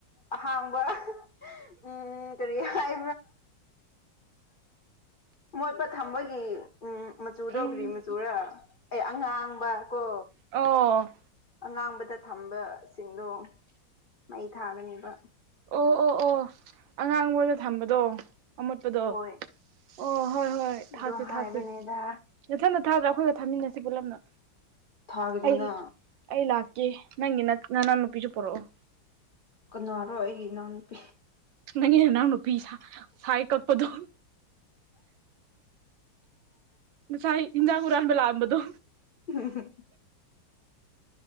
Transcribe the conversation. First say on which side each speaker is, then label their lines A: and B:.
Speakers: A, on the left; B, on the right.
A: ꯑꯍꯥꯡꯕ ꯎꯝ ꯀꯔꯤ ꯍꯥꯏ ꯃꯣꯏꯠꯄ ꯊꯝꯕꯒꯤ ꯎꯝ ꯃꯆꯨꯗꯧꯈ꯭ꯔꯤ
B: ꯎꯝ
A: ꯃꯆꯨꯔ ꯑꯦ ꯑꯉꯥꯡꯕ ꯀꯣ
B: ꯑꯣ
A: ꯑꯉꯥꯡꯕꯗ ꯊꯝꯕꯁꯤꯡꯗꯣ ꯃꯩ ꯊꯥꯒꯅꯦꯕ
B: ꯑꯣ ꯑꯣ ꯑꯣ ꯑꯉꯥꯡ ꯃꯗ ꯊꯝꯕꯗꯣ ꯑꯃꯣꯠꯄꯗꯣ
A: ꯍꯣꯏ
B: ꯑꯣ ꯍꯣꯏ ꯍꯣꯏ ꯊꯥꯥꯁꯦ
A: ꯑꯗꯣ ꯍꯥꯏꯕꯅꯦꯗ
B: ꯊꯥꯥꯁꯦ ꯅꯠꯊꯠ ꯅꯠꯥꯗꯔ꯭ꯔ ꯑꯩꯈꯒ ꯊꯝꯃꯤꯟꯅꯁꯤ ꯄꯨꯂꯞꯅ
A: ꯊꯒꯅꯤꯅ
B: ꯑꯩ ꯑꯩ ꯂꯥꯛꯀꯦ ꯅꯪꯒꯤ ꯅꯅꯥꯎ ꯅꯨꯄꯤꯁꯨ ꯄꯨꯔꯛꯑꯣ
A: ꯀꯅꯥꯔꯣ ꯑꯩꯒꯤ ꯏꯅꯥꯎꯅꯨꯄꯤ
B: ꯅꯪ ꯅ ꯅꯎ ꯅꯨꯄꯤ ꯁꯥꯏ ꯀꯛꯄꯗꯣ ꯥꯏ ꯏꯟꯖꯒꯔꯥꯟꯕꯕꯂ ꯑꯝꯕꯗꯨ
A: ꯍ